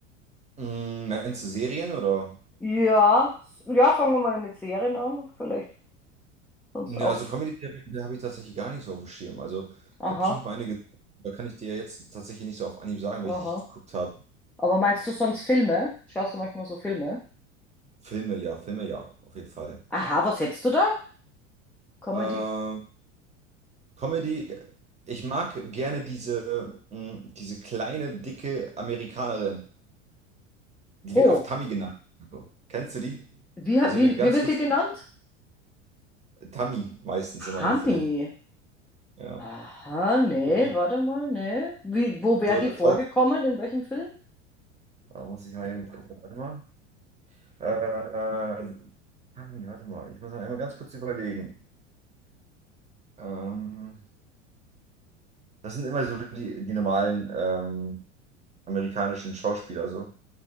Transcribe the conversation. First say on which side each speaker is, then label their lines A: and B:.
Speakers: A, on the right; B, in the centre.
A: Mm, meinst du Serien oder?
B: Ja, s- ja, fangen wir mal mit Serien an, vielleicht sonst
A: Ne,
B: auch.
A: also Comedy-Serien die habe ich tatsächlich gar nicht so auf dem Schirm. Also
B: Aha,
A: ich habe bestimmt mal eine gesehen, da kann ich dir jetzt tatsächlich nicht so auf Anhieb sagen,
B: aha.
A: welche ich geguckt habe.
B: Aber meinst du sonst Filme? Schaust du manchmal so Filme?
A: Filme, ja, Filme, ja, auf jeden Fall.
B: Aha, was hättest du da? Comedy.
A: Ähm, Comedy, ich mag gerne diese, mm, diese kleine, dicke Amerikanerin. Die
B: Oh,
A: wird oft Tammy genannt. So. Kennst du die?
B: wie,
A: So
B: wie,
A: eine ganz
B: wie wird
A: lustige.
B: die genannt?
A: Tammy meistens immer
B: Hami.
A: in den Filmen. Ja.
B: Aha, nee,
A: Immer
B: warte mal, nee. Wie, wo wäre
A: So
B: die
A: der
B: vorgekommen?
A: Teufel.
B: In welchem Film?
A: Da muss ich mal eben gucken. Warte mal. Äh, Tammy, warte mal. Ich muss mal einmal ganz kurz überlegen. Ähm, das sind immer so die, die normalen ähm, amerikanischen Schauspieler so.